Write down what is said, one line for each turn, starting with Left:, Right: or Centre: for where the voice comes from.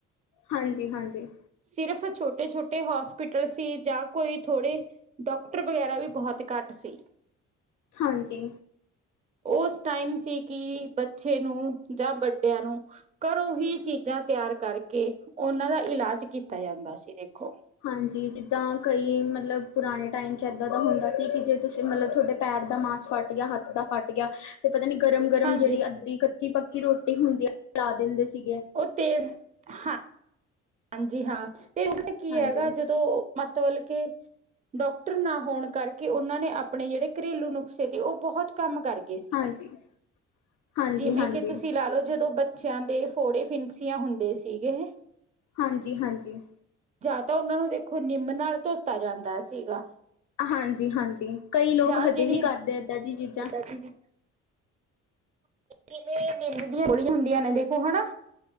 Left: ਹਾਂਜੀ-ਹਾਂਜੀ।
Right: ਸਿਰਫ ਛੋਟੇ-ਛੋਟੇ ਹੋਸਪਿਟਲ ਸੀ। ਜਾਂ ਕੋਈ ਥੋੜੇ ਡਾਕਟਰ ਵਗੈਰਾ ਵੀ, ਬਹੁਤ ਘੱਟ ਸੀ।
Left: ਹਾਂਜੀ।
Right: ਉਸ ਟਾਈਮ ਸੀ, ਕਿ ਬੱਚੇ ਨੂੰ ਜਾਂ ਵੱਡਿਆਂ ਨੂੰ ਘਰੋਂ ਹੀ ਚੀਜਾਂ ਤਿਆਰ ਕਰਕੇ, ਉਹਨਾਂ ਦਾ ਇਲਾਜ ਕੀਤਾ ਜਾਂਦਾ ਸੀ, ਦੇਖੋ।
Left: ਹਾਂਜੀ, ਜਿੱਦਾਂ ਕਈ ਮਤਲਬ ਪੁਰਾਣੇ ਟਾਈਮ 'ਚ, ਇੱਦਾਂ ਦਾ ਹੁੰਦਾ ਸੀ। ਕਿ ਜੇ ਤੁਸੀ, ਮਤਲਬ ਤੁਹਾਡੇ ਪੈਰ ਦਾ ਮਾਸ ਫੱਟ ਗਿਆ, ਹੱਥ ਦਾ ਫੱਟ ਗਿਆ ਤੇ ਪਤਾ ਨੀ ਗਰਮ-ਗਰਮ
Right: ਹਾਂਜੀ
Left: ਜਿਹੜੀ, ਅੱਧੀ ਕੱਚੀ-ਪੱਕੀ ਰੋਟੀ ਹੁੰਦੀ ਏ, <inaudible> ਲਾ ਦਿੰਦੇ ਸੀਗੇ।
Right: ਉਹ ਤੇਲ, ਹਾਂ। ਹਾਂਜੀ ਹਾਂ, ਤੇ ਓਹ ਤੇ ਕੀ
Left: ਹਾਂਜੀ,
Right: ਹੈਗਾ, ਜਦੋ ਮਤਬਲ ਕੇ ਡਾਕਟਰ ਨਾ ਹੋਣ ਕਰਕੇ, ਉਹਨਾਂ ਨੇਂ ਆਪਣੇ ਜਿਹੜੇ ਘਰੇਲੂ ਨੁਕਸੇ ਤੇ, ਉਹ ਬਹੁਤ ਕੰਮ ਕਰ ਗ ਗਏ ਸੀਗੇ।
Left: ਹਾਂਜੀ, ਹਾਂਜੀ, ਹਾਂਜੀ।
Right: ਜਿਵੇਂ
Left: ਹਾਂਜੀ,
Right: ਕਿ ਤੁਸੀ ਲਾ ਲਓ, ਜਦੋਂ ਬ ਚਿਆਂ ਦੇ, ਫੋੜੇ ਫਿਨਸੀਆਂ ਹੁੰਦੇ ਸੀਗੇ।
Left: ਹਾਂਜੀ-ਹਾਂਜੀ।
Right: ਜਾਂ ਤਾਂ ਉਹਨਾਂ ਨੂੰ ਦੇਖੋ, ਨਿੰਮ ਨਾਲ ਧੋਤਾ ਜਾਂਦਾ ਸੀਗਾ।
Left: ਹਾਂਜੀ-ਹਾਂਜੀ, ਕਈ ਲੋਕ
Right: ਜਾਂ
Left: ਹਜੇ
Right: ਜਿਹੜੀ
Left: ਵੀ ਕਰਦੇ ਹੈਂ, ਇਹਦਾਂ ਦੀ ਚੀਜਾਂ।
Right: <inaudible> ਜਿਵੇਂ ਨਿੰਮ ਦੀਆਂ <inaudible> ਗੋਲੀਆਂ ਹੁੰਦੀਆਂ ਨੇਂ ਦੇਖੋ, ਹੇਨਾ।